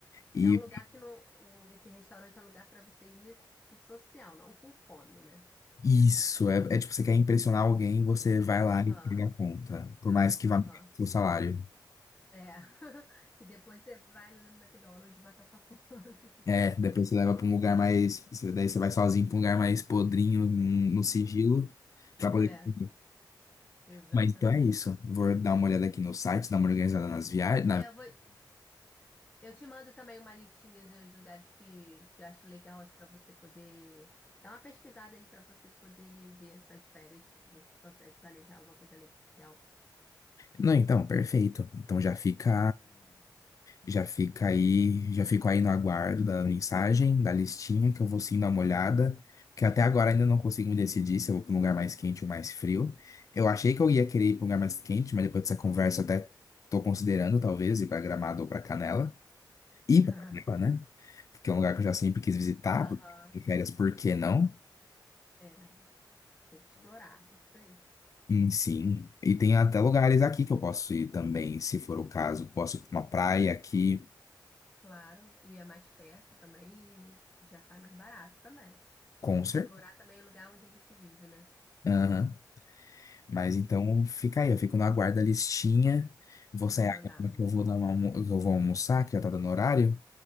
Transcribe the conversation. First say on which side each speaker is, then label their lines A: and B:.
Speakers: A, on the left; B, on the left.
A: E
B: É um lugar que não. o- esse restaurante é um lugar para você ir assim, pro social, não com fome, né?
A: isso, é, é tipo, você quer impressionar alguém, você vai lá
B: Aham,
A: e paga a conta. Por mais que
B: aham.
A: vá seu salário.
B: É. <laughs> E depois você vai ali no McDonald's matar sua fome.
A: É, depois você leva para um lugar mais. você- Daí você vai sozinho para um lugar mais podrinho, no no sigilo,
B: <laughs>
A: para
B: É,
A: poder comer.
B: exatamente.
A: Mas então é isso. Vou dar uma olhada aqui no site, dar uma organizada nas viagens,
B: É, eu vou, Eu te mando também uma listinha dos lugares que, que eu acho legal para você poder dar uma pesquisada aí para você poder ver suas férias, ver se consegue planejar alguma coisa legal.
A: Não, então, perfeito. Então já fica, já fica aí, já fico aí no aguardo da mensagem, da listinha, que eu vou sim dar uma olhada, que até agora ainda não consigo me decidir se eu vou para um lugar mais quente ou mais frio. Eu achei que eu ia querer ir para um lugar mais quente, mas depois dessa conversa até estou considerando talvez ir para Gramado ou para Canela. Ir
B: <laughs>
A: para Canela, né? Porque é um lugar que eu já sempre quis visitar,
B: Aham,
A: porque férias, por que não?
B: é, tem que explorar, isso aí,
A: Hum, Sim, e tem até lugares aqui que eu posso ir também, se for o caso. Posso ir pra uma praia aqui,
B: claro, e é mais perto também e já sai mais barato também.
A: concert.
B: Explorar também o lugar onde a gente vive, né?
A: Aham. Mas então fica aí, eu fico na guarda listinha. Vou sair
B: Vou mandar,
A: agora
B: vou
A: que
B: mandar.
A: eu vou dar uma, almo- que eu vou almoçar, que já tá dando horário.